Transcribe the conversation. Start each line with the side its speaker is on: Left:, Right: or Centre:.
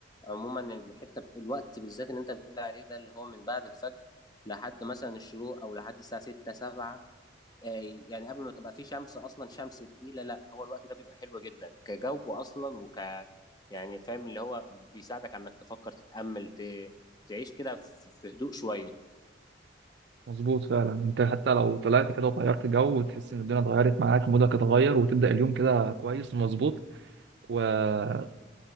Left: عموما الحتة ب- الوقت بالذات اللي انت بتقول عليه ده اللي هو من بعد الفجر لحد مثلا الشروق او لحد الساعة 6 7 آه، يعني قبل ما تبقى في شمس اصلا شمس تقيله لا هو الوقت ده بيبقى حلو جدا كجو اصلا وك يعني فاهم اللي هو بيساعدك على انك تفكر تتامل ت... تعيش كده في في هدوء شويه
Right: مظبوط فعلا انت حتى لو طلعت كده وغيرت جو وتحس ان الدنيا اتغيرت معاك مودك اتغير وتبدأ اليوم كده كويس ومظبوط وديت